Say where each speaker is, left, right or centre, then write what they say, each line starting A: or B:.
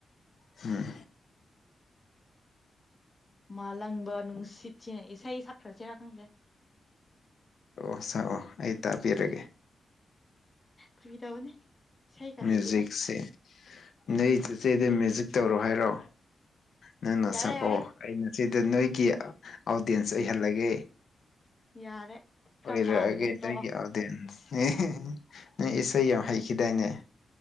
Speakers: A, on the left; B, on the left.
A: ꯍꯝ
B: ꯃꯥꯂꯪꯕ ꯅꯨꯡꯁꯤꯠ ꯁꯤꯅ ꯏꯁꯩ ꯁꯛꯈ꯭ꯔꯁꯤꯔꯥ ꯈꯪꯗꯦ
A: ꯑꯣ ꯁꯛꯑꯣ ꯑꯩ ꯇꯥꯕꯤꯔꯒꯦ
B: ꯐꯥꯒꯤ ꯇꯧꯕꯅꯦ ꯏꯁꯩꯒ
A: ꯃ꯭ꯌꯨꯖꯤꯛꯁꯦ
B: ꯍꯩꯇꯦꯗ
A: ꯅꯣꯏ ꯆꯦꯠꯆꯦꯗ ꯃ꯭ꯌꯨꯖꯤꯛ ꯇꯧꯔꯣ ꯍꯥꯏꯔꯣ ꯅꯪꯅ
B: ꯌꯥꯔꯦ
A: ꯁꯛ
B: ꯌꯥꯔꯦ
A: ꯑꯣ ꯑꯩꯅ ꯁꯤꯗ ꯅꯣꯏꯒꯤ ꯑꯣꯗꯤꯌꯦꯟꯁ ꯑꯩ ꯍꯜꯂꯒꯦ
B: ꯌꯥꯔꯦ ꯈꯔ
A: ꯑꯣꯏꯔꯛꯑꯒꯦ
B: ꯃꯥꯜꯂꯤꯉꯩ
A: ꯅꯣꯏꯒꯤ
B: ꯇꯣꯛꯑꯣ
A: ꯑꯥꯎꯗꯦꯟꯁ ꯏꯁꯩ ꯌꯥꯝ ꯍꯩꯈꯤꯗꯥꯏꯅꯦ